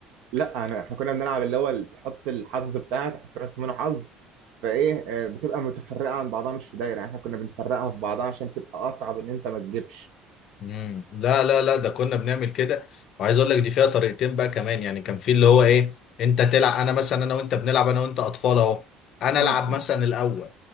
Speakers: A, on the right; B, on the left.
A: لا أنا إحنا كنا بنلعب اللي هو اللي تحط الحظ بتاعك تحط راس منه حظ فإيه آه، بتبقى متفرقة عن بعضها مش في دايرة يعني إحنا كنا بنفرقها في بعضها عشان تبقى أصعب إن أنت ما تجيبش
B: مم. لا لا لا ده كنا بنعمل كده وعايز اقول لك دي فيها طريقتين بقى كمان يعني كان في اللي هو
A: مم.
B: ايه انت تلعب انا مثلا انا وانت بنلعب انا وانت اطفال اهو انا
A: مم.
B: العب مثلا الاول